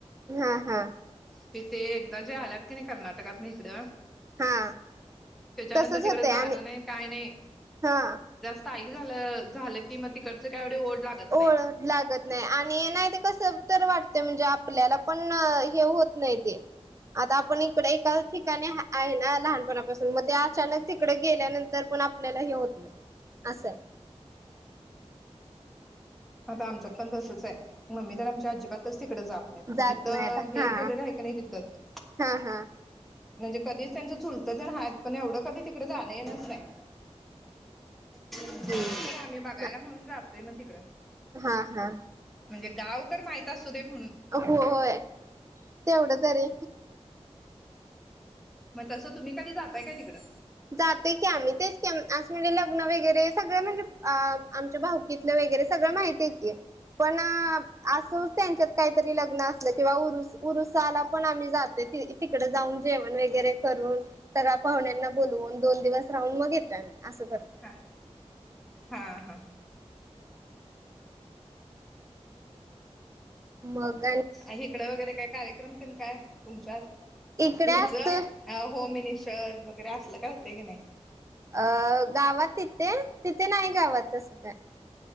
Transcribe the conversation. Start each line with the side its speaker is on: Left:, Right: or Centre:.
Right: हा हा
Centre: तिथे एकदा जे आल्यात की नाही कर्नाटकात नििककड
Right: हा
Centre: त्याच्यानंतर
Right: तसच
Centre: तिकडं
Right: होतय
Centre: जाणं
Right: आणि
Centre: नाही काय नाही
Right: हा
Centre: क झालं झालं की मग तिकडचं कायवेव ओढ लागत
Right: ओळख
Centre: नाही
Right: लागत नाही आणि नाही ते कस तर वाटत म्हणजे आपल्याला पण हे होत नाही ते आता आपण इकडे एका ठिकाणी आहे ना लहानपणापासून मग ते अचानक तिकडे गेल्यानंतर तर पण आपल्याला हे होत नाही असंय
Centre: आता आमच्यात पण तसंच आहे म्मी तर आमच्या अजिबातच तिकडे जा
Right: जात
Centre: जिथं
Right: नाही आता
Centre: हे
Right: हा
Centre: केलेलं आहे की नाही तिथच
Right: हा हा
Centre: म्हणजे कधीच त्यांचं चुलतं तेत पण एवढं कधी तिकडे जाणं येणच नाही तरर
Right: हम्म
Centre: आम्ही बघायला म्हणून जातोय मग तिकडं
Right: हा हा
Centre: म्हणजे गाव तर माहत असू दे म्हणून
Right: हो होय तेवढंच रे
Centre: मग तसं तुम्ही कधी जातय का तिकडं
Right: जाते की आम्ही तेच क असं म्हणजे लग्न वगैरे सगळं म्हणजे आमच्या भाऊकी वगैरे सगळं माहिती आहे की पण असं त्यांच्यात काहीतरी लग्न असलं किंवा उरुस उरुसाला पण आम्ही जाते तिकड जाऊन जेवण वगैरे करून सगळ्या पाहुण्यांना बून दोन दिवस राहून मग येतो आम्ही असं करतो
Centre: हां हां हां
Right: मग
Centre: आणि इकड वगैरे काय कार्यक्रम ते काय तुमच्यात
Right: इकडे
Centre: ह्याच
Right: असत
Centre: अ होम मिनिस्टर वगैरे असलं काय होत की नाही
Right: अ गावात तिथे तिथे नाही गावातसं काय